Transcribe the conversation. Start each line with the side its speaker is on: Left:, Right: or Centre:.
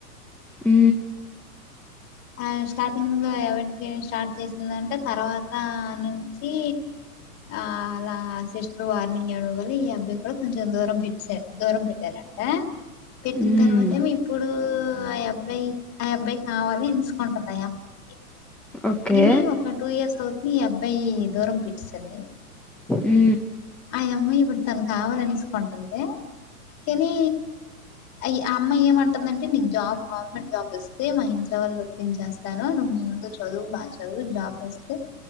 Centre: అ
Left: ఆ స్టార్టింగ్ లో ఎవ చేయడం స్టార్ట్ చేసిందంటే తర్వాత నుంచి ఆ అలా సిస్టర్ వార్నింగ్ అవ్వడం వల్ల ఈ అబ్బాయి కూడా కొంచెం దూరం పెట్ దూరం పెట్టారంట పెట్టిన
Centre: ఉమ్,
Left: తర్వాత ఏమో ఇప్పుడు ఆ అబ్బాయి ఆ అబ్బాయి కావాలి సుకుంటున్నాయి అమ్మాయికి
Centre: ఓకే
Left: ఇని టూ ఇయర్స్ అవు నీ అబ్బాయి దూరం పిట్సది
Centre: ఉ
Left: మా అమ్మాయి ఇప్పుడు తను కావాలనిసుకుంటుంది కానీ ఆ అమ్మాయి ఏమంటందంటే నీకు జాబ్ గవర్నమెంట్ జాబ్ వస్తే మా ఇంట్లో వాళ్ళు ఒప్పించేస్తాను నువ్వు ముందు చదువు మాా చదువు జాబ్ వస్తే